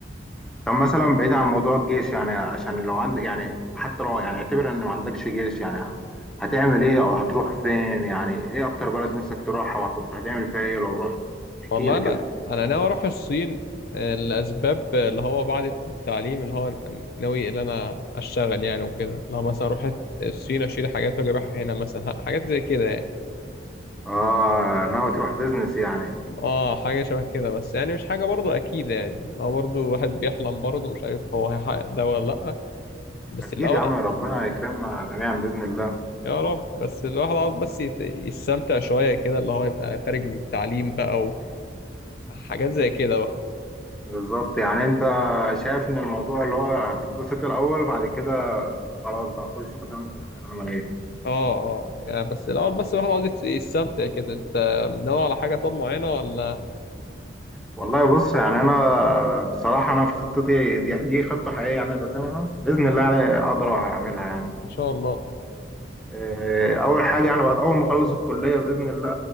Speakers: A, in the centre; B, on the left (about 55°).
A: طب مثلا بعيد عن موضوع الجيش يعني عشان لو عندك يعني حتى لو يعني اعتبر ان ما عندكش جيش يعني هتعمل ايه او هتروح فين يعني ايه اكتر بلد نفسك تروحها وكنت هتعمل فيها ايه لو رحت احكي
B: والله
A: لي
B: انا
A: كده
B: انا ناوي اروح الصين آه، لاسباب آه، اللي هو بعد التعليم اللي هو ناوي اللي انا اشتغل يعني وكده اللي هو مثلا اروح الصين اشيل حاجات واجي ابيعها هنا مثلا حاجات زي كده يعني
A: اه ناوي تروح بيزنس يعني
B: اه حاجه شبه كده بس يعني مش حاجه برضه اكيد يعني لو برضه واحد بيحلم برضه مش عارف هو هيحقق ده ولا لا بس
A: اكيد
B: الاول
A: يا عم ربنا يكرمنا جميعا باذن الله
B: يا رب بس الواحد عاوز بس يت- يستمتع شويه كده اللي هو يبقى خارج من التعليم بقى وحاجات زي كده بقى.
A: بالظبط يعني انت شايف ان الموضوع اللي هو هتتبسط الاول بعد كده خلاص بقى نخش مثلا في الحياه العمليه
B: اه اه يعني بس الاول بس الواحد عاوز يستمتع كده انت ناوي على حاجه طب معينه ولا
A: والله بص يعني انا بصراحه انا في خطتي دي, دي خطه حقيقيه يعني راسمها باذن الله يعني اقدر اعملها يعني
B: ان شاء الله
A: آه، اول حاجه يعني بعد اول ما اخلص الكليه باذن الله